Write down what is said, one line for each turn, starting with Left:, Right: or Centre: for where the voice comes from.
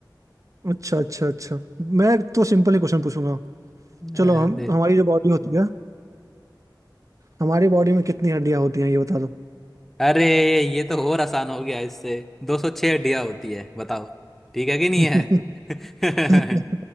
Right: अच्छा अच्छा अच्छा मैं तो सिंपल ही क्वेश्चन पूछूंगा
Centre: अरे
Right: चलो हम हमारी जो बॉडी होती है हमारी बॉडी में कितनी हड्डियां होती हैं ये बता
Centre: अरे ये तो और आसान हो गया इससे दो सौ छह डिया होती है बताओ ठीक है कि नहीं
Right: दो
Centre: है
Right: <laughs>
Centre: <laughs>